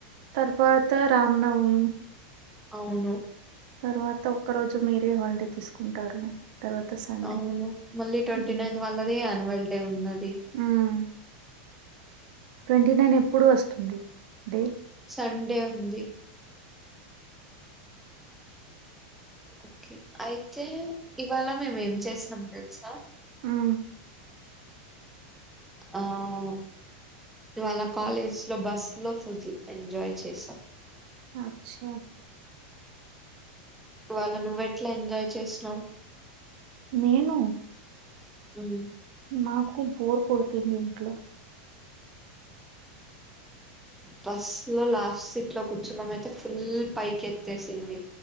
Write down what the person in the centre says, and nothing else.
అవును
అవును మళ్ళీ ట్వంటీ
నైన్త్ వాళ్ళది యాన్యువల్ డే ఉన్నది
సండే ఉంది ఓకే అయితే ఇవాళ మేము ఏం చేసినం తెలుసా
ఆవ్ ఇవాళ కాలేజ్ లో బస్ లో ఫుల్ ఎంజాయ్ చేసాం
వాళ్ళ నువ్వు ఎట్లా ఎంజాయ్ చేసినవు
హ్మ్మ్
బస్ లో లాస్ట్ సీట్ లో కూర్చున్నామ అయితే ఫుల్ పైకి ఎత్తేసింది